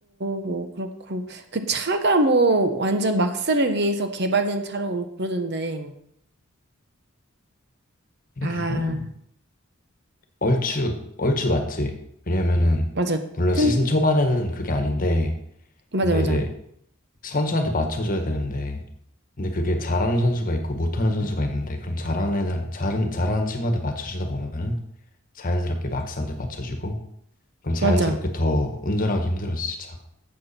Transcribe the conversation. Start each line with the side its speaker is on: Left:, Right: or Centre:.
Right: 뭐 그렇고. 그 차가 뭐 완전 막스를 위해서 개발된 차라고 뭐 그러던데.
Left: 근데
Right: 아,
Left: 그거는 얼추 얼추 맞지. 왜냐면은
Right: 맞아.
Left: 물론
Right: 틀,
Left: 시즌 초반에는 그게 아닌데
Right: 맞아,
Left: 근데
Right: 맞아.
Left: 이제 선수한테 맞춰줘야 되는데 근데 그게 잘하는 선수가 있고 못하는 선수가 있는데 그럼 잘하는 애는 잘은 잘하는 친구한테 맞춰주다 보면은 자연스럽게 막스한테 맞춰주고 그럼 자연스럽게
Right: 맞아.
Left: 더 운전하기 힘들어지지 차가.